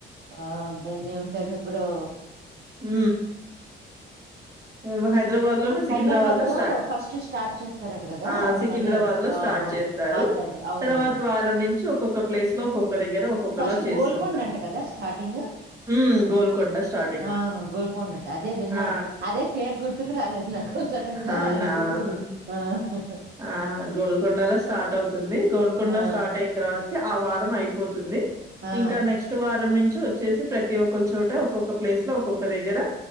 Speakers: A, on the right (about 55°); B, on the right (about 15°).
A: ఆ దాన్నేమంటారు ఇప్పుడు
B: ఊ మేము హైదరాబాద్ లోనే సికింద్రాబాద్
A: హైదరాబాద్
B: లో స్టార్ట్
A: ఫస్ట్ స్టార్ట్ చేస్తారట కదా
B: ఆ
A: అవును
B: సికింద్రాబాద్
A: అదే
B: లో
A: ఆ
B: స్టార్ట్
A: ఆ
B: చేస్ తారు
A: అదే అదే అవునవును
B: తర్వాత వారం నుంచి ఒక్కొక్క ప్లేస్ లో ఒక్కొక్క దగ్గర ఒక్కొక్కలా
A: ఫస్ట్
B: చేస్తుంటారు.
A: గోల్కొండ అంట కదా స్టార్టింగ్
B: హ్మ్ గోల్కొండ స్టార్టింగ్
A: ఆ గోల్కొండ అంట అదే విన్నాను
B: ఆ!
A: అదే పేరు గుర్తుకు రాలేదు నాకు సడన్ గా
B: అవునా!
A: అందుకని
B: ఆహా!
A: ఆ హ హ
B: ఆ గోల్కొండలో స్టార్ట్ అవుతుంది గోల్కొండ
A: ఆ
B: స్టార్ట్ అయి తర్వాతకి ఆ వారం అయిపోతుంది
A: ఆ
B: ఇంకా నెక్స్ట్ వారం నుంచి వచ్చేసి ప్రతి ఒక చోట ఒక్కొక్క ప్లేస్ లో ఒక్కొక్క దగ్గర